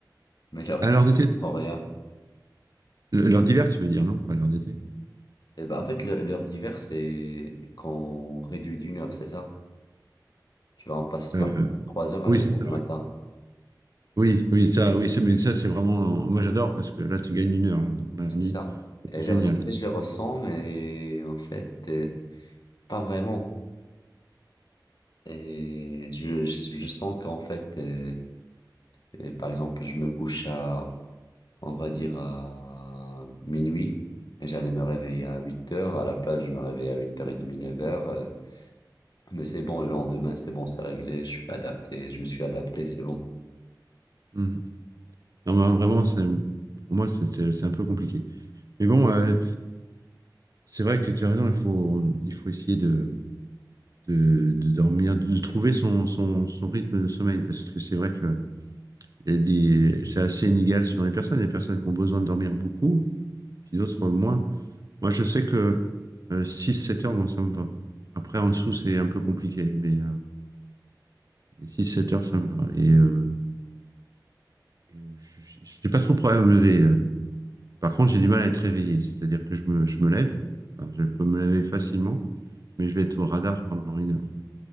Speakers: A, on the left; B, on the right.
A: mais l'heure
B: Alors,
A: du
B: d'été
A: rien.
B: Le- L'heure d'hiver, tu veux dire, non? Pas l'heure d'été?
A: Eh ben, en fait, le- l'heure d'hiver, c'est quand on réduit d'une heure, c'est ça? Tu vois, on passe par
B: Euh,
A: trois heures à
B: oui,
A: deux
B: c'est
A: heures
B: ça.
A: du matin.
B: Oui, oui, oui, ça, oui, c'est, mais ça, c'est vraiment. Moi, j'adore parce que là, tu gagnes une heure là, dans la
A: C'est
B: nuit.
A: ça. Et
B: C'est
A: l'heure
B: génial.
A: d'été, je le ressens, mais en fait, euh, pas vraiment. Et je, je, je sens qu'en fait, euh, euh, par exemple, je me couche à, on va dire, à minuit, et j'allais me réveiller à 8 heures. À la place, je me réveille à huit heures 30 9h. euh, Mais c'est bon, le lendemain, c'est bon, c'est réglé, je suis adapté, je me suis adapté, c'est bon.
B: Mm. Non, mais vraiment, c'est pour moi, c'est c'est- c'est un peu compliqué. Mais bon, euh, c'est vrai que tu as raison. Il faut, il faut essayer de, de, de dormir, de trouver son, son, son rythme de sommeil parce que c'est vrai que les- c'est assez inégal selon les personnes. Il y a des personnes qui ont besoin de dormir beaucoup puis d'autres moins. Moi, je sais que euh, six sept heures, moi, ça me va. Après, en dessous, c'est un peu compliqué, mais, six sept heures, ça me va. Et, euh, et je- je- j'ai pas trop de problème à me lever. euh. Par contre, j'ai du mal à être réveillé, c'est-à-dire que je me, je me lève, Alors, je peux me lever facilement, mais je vais être au radar pendant une heure.